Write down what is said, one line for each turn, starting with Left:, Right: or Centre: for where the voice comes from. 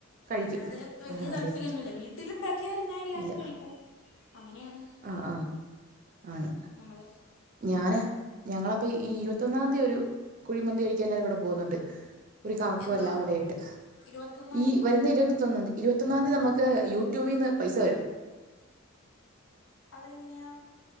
Right: കഴിക്കും
Left: അല്ലാതെ വലിയ
Right: ആണല്ലേ
Left: താല്പര്യം ഒന്നുമില്ല വീട്ടില് ഉണ്ടാക്കിയാ എല്ലാ എല്ലാരും
Right: ഇല്ല
Left: കഴിക്കും അങ്ങനെയാണ്.
Right: ആഹ് ആഹ് ആണ്.
Left: നമ്മള്
Right: ഞാന് ഞങ്ങള് അപ്പൊ ഈ ഇരുപത്തൊന്നാം തീയതി ഒരു കുഴിമന്തി കഴിക്കാൻ എല്ലാരും കൂടെ പോകുന്നുണ്ട്. ഒരു കറക്കോം
Left: എന്തോ
Right: എല്ലാം കൂടി ആയിട്ട്
Left: ഇരുപത്തൊന്നാം
Right: ഈ
Left: തീയതി
Right: വരുന്ന ഇരുപതൊന്നാം തീയതി ഇരുപത്തൊന്നാം തീയതി നമുക്ക് യൂട്യൂബിന്ന് പൈസ വരും.
Left: അതെങ്ങനെയാ?